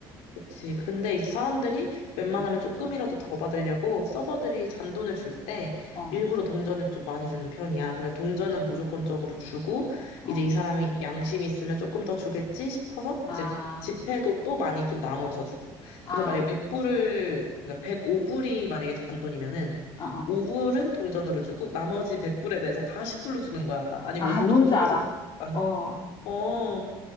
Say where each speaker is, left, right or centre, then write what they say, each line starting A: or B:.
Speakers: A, on the left; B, on the left.
A: 그치. 근데 이제 사람들이 웬만하면
B: 어,
A: 조금이라도 더 받으려고 서버들이 잔돈을 줄 때
B: 어,
A: 일부러 동전을 좀 많이 주는 편이야. 그래서 동전은 무조건적으로 주고
B: 어.
A: 이제 이 사람이 양심이 있으면 조금 더 주겠지 싶어서
B: 아,
A: 이제 지폐도 또 많이 좀 나눠서 주고.
B: 아,
A: 그래서 만약에 100불을, 그러니까 105불이 만약에 잔돈이면은
B: 어, 어.
A: 5불은 동전으로 주고 나머지 100불에 대해서 다 10불로 주는 거야. 아니면
B: 아,
A: 5불로
B: 뭔지
A: 좀 쪼개서
B: 알아.
A: 주는 거야.
B: 어,
A: <laughs> 어.